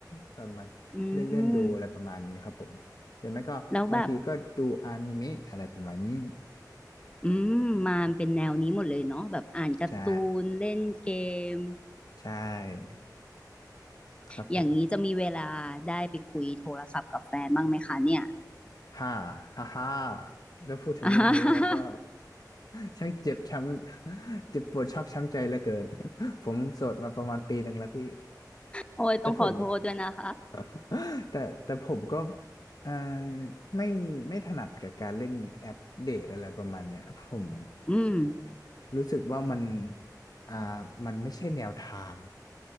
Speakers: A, on the left; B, on the left.
A: ก็มาเลื่อนเลื่อนดูอะไรประมาณนี้ครับผมหรือไม่ก็บางทีก็ดูอนิเมะอะไรประมาณนี้
B: อืมแล้วแบบอืมมาเป็นแนวนี้หมดเลยเนาะแบบอ่านการ์ตูนเล่นเกม
A: ใช่ใช่ครับผม
B: อย่างนี้จะมีเวลาได้ไปคุยโทรศัพท์กับแฟนบ้างไหมคะเนี่ย
A: ฮ่าฮ่าฮ่าแล้วพูดถึงเรื่องนี้แล้วก็
B: <laughs>
A: <laughs> ช่างเจ็บช้ำเจ็บปวดชอกช้ำใจเหลือเกินผมโสดมาประมาณปีหนึ่งแล้วพี่
B: โอ้ยต้องขอโทษด้วยนะคะ
A: แต่ผม <laughs> แต่แต่ผมก็เอ่อไม่ไม่ถนัดกับการเล่นแอปเดทอะไรประมาณเนี้ยผม
B: อืม
A: รู้สึกว่ามันอ่ามันไม่ใช่แนวทาง